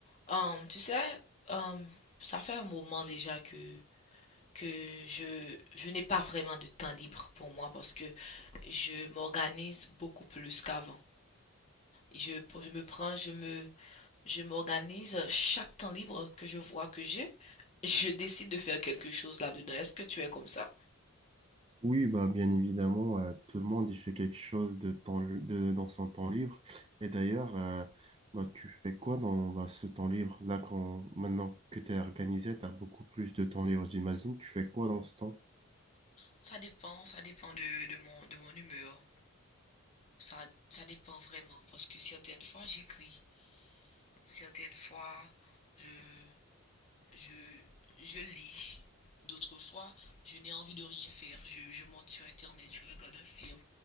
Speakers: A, on the left (about 30°); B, on the right (about 25°).
A: Hum, tu sais, hum, ça fait un moment déjà que, que je, je n'ai pas vraiment de temps libre pour moi parce que je m'organise beaucoup plus qu'avant. Je, je me prends, je me, je m'organise chaque temps libre que je vois que j'ai, je décide de faire quelque chose là-dedans. Est-ce que tu es comme ça?
B: Oui, bah, bien évidemment, euh, tout le monde y fait quelque chose de temps, de, dans son temps libre. Et d'ailleurs, euh, bah, tu fais quoi dans bah, ce temps libre? Là, quand, maintenant que tu es organisé, tu as beaucoup plus de temps libre, j'imagine. Tu fais quoi dans ce temps?
A: Ça dépend, ça dépend de, de mon, de mon humeur. Ça, ça dépend vraiment parce que certaines fois j'écris, certaines fois je, je, je lis. D'autres fois, je n'ai envie de rien faire. Je, je monte sur Internet, je regarde un film.